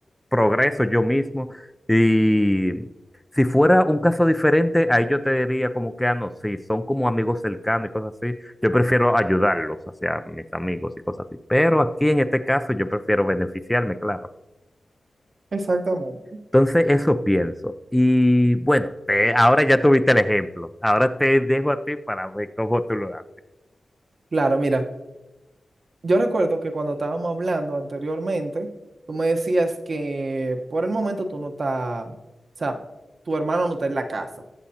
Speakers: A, in the centre; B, on the right.
A: progreso yo mismo. Y si fuera un caso diferente, ahí yo te diría como que, ah, no, sí, son como amigos cercanos y cosas así, yo prefiero ayudarlos, hacia mis amigos y cosas así. Pero aquí en este caso yo prefiero beneficiarme, claro.
B: Exactamente.
A: Entonces eso pienso. Y bueno, te- ahora ya tuviste el ejemplo. Ahora te dejo a ti para ver cómo tú lo haces.
B: Claro, mira. Yo recuerdo que cuando estábamos hablando anteriormente, tú me decías que por el momento tú no estás, o sea, tu hermano no está en la casa.